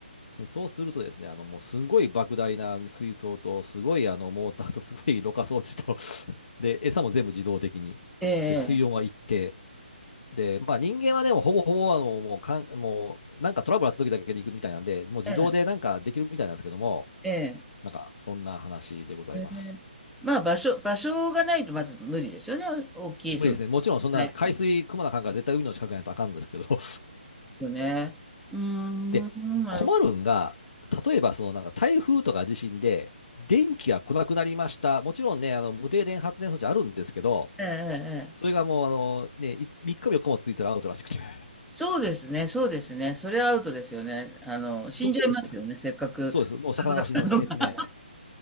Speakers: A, on the left (about 65°); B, in the centre.
A: で、そうするとですね、あの、もうすんごい莫大な水槽と、すごいあのモーターと、すごいろ過装置と <laughs> で、餌も全部自動的に。
B: ええ、
A: で、水温は一定。で、まあ人間はでもほぼほぼあの、もうかん、もうなんかトラブルあった時だけに行くみたいなんで、もう自動でなんかできるみたいなんですけども、
B: ええ、ええ、
A: なんかそんな話でございます。
B: ええまあ、場所、場所がないとまず無理ですよね。大きい、
A: 無理ですね。
B: その、
A: もちろんそんな海水、
B: ないで
A: くまなかんから絶対海の近くにないとあかんんですけど、<laughs> はい。
B: すよね。うーん、
A: で、
B: なるほど。
A: 困るんが、例えばそのなんか台風とか地震で電気が来なくなりました。もちろんね、あの無停電発電装置あるんですけど、
B: ええ、ええ。
A: それがもうあの、
B: ええ
A: ね、3日も4日もついたらアウトらしくて。<laughs>
B: そうですね、そうですね。それはアウトですよね。あの、死んじゃいますよね、
A: どこでした
B: せっかく育ったのが。
A: そうです。もう魚が死にます。えっとね、
B: <laughs>